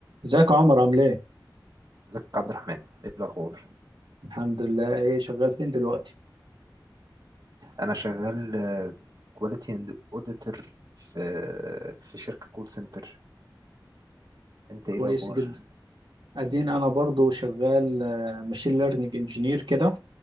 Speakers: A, on the right; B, on the right.
A: ازيك يا عمر عامل ايه؟
B: ازيك يا عبد الرحمن ايه الاخبار
A: الحمد لله ايه شغال فين دلوقتي؟
B: انا شغال كواليتي اند اوديتور في في شركه كول سنتر انت
A: كويس
B: ايه الاخبار
A: جدا ادين انا برضو شغال ماشين ليرنينج انجينير كده